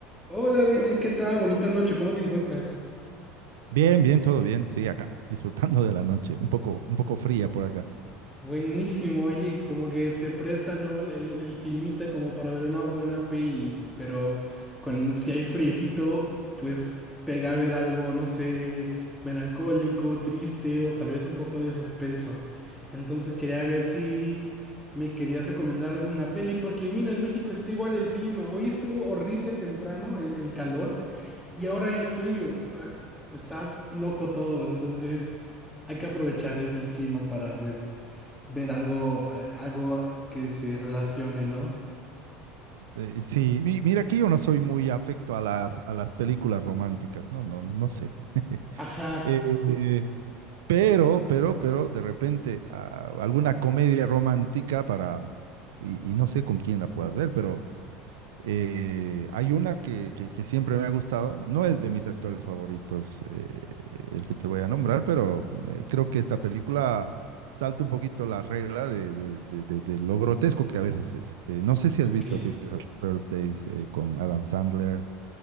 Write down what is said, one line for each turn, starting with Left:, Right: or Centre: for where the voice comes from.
Centre: Hola Denis, ¿qué tal? Bonita noche, ¿cómo te encuentras?
Right: Bien, bien, todo bien. Sí, acá, disfrutando de la noche, un poco, un poco fría por acá.
Centre: Buenísimo, oye, como que se presta, ¿no? El, el climita como para ver una buena peli, pero con, si hay friecito, pues pega a ver algo, no sé, melancólico, triste o tal vez un poco de suspenso. Entonces quería ver si me querías recomendar alguna peli, porque mira, en México está igual el clima. Hoy estuvo horrible temprano el, el calor y ahora hay frío. Ah, Está loco todo, entonces... Hay que aprovechar el, el clima para, pues, ver algo, eh, algo que se relacione, ¿no?
Right: Eh, sí, mi- mira, aquí yo no soy muy afecto a las, a las películas románticas, no, no, no sé. <laughs>
Centre: Ajá,
Right: Eh, pero, pero, pero, de repente, ah, alguna comedia romántica para, y, y no sé con quién la puedas ver, pero Eh, hay una que, que- que siempre me ha gustado, no es de mis actores favoritos eh, el que te voy a nombrar, pero eh, creo que esta película salta un poquito la regla de, de- de- de- de lo grotesco que a veces es. Eh, no sé si has
Centre: ok.
Right: visto Fifty First Days eh, con Adam Sandler